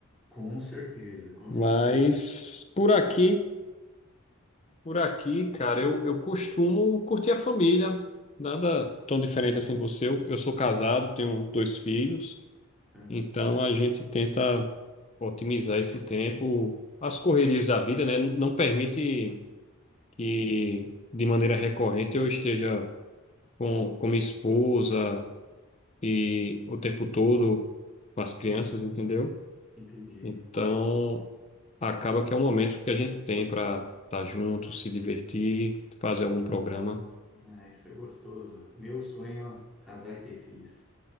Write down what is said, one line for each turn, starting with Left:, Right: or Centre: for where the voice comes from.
Centre: Com certeza, com
Left: Mas
Centre: certeza.
Left: por aqui, por aqui, cara, eu, eu costumo curtir a família. Nada tão diferente assim de você. Eu, eu sou casado, tenho dois filhos,
Centre: Ana.
Left: então a gente tenta otimizar esse tempo. As correrias da vida, né? Não permite que de maneira recorrente eu esteja com, com minha esposa e o tempo todo com as crianças,
Centre: Uhum.
Left: entendeu?
Centre: Entendi.
Left: Então, acaba que é um momento que a gente tem para estar junto, se divertir, fazer algum programa.
Centre: Ah, isso é gostoso. Meu sonho é casar e ter filhos.